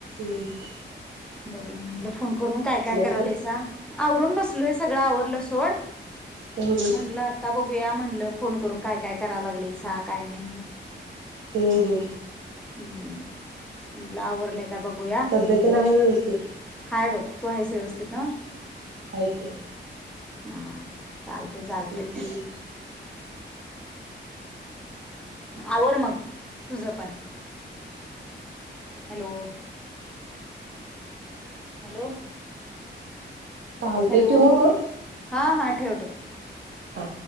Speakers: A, on the right (about 80°); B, in the centre.
A: हम
B: बघुया म्हटलं फोन करून काय काय करालायस,
A: सोड
B: आवरून बसलोय सगळं आवरलं सोड.
A: हम्म
B: म्हटलं आता बघूया म्हटलं फोन करून काय काय काय करालागलायसा काय नाही.
A: हो हो
B: हम्म म्हटलं आवरलंय का बघूया,
A: तब्येत तेन आहे व्यवस्थित?
B: हाय बघ. तू आहेच व्यवस्थित नव.
A: हाय की.
B: ना चालते, चालते‌.
A: हम्म हम्म
B: आवर मग तुझ पण. हॅलो हॅलो
A: चालते
B: हॅलो
A: ठेवू मग.
B: हां हां ठेव ठेव.
A: हा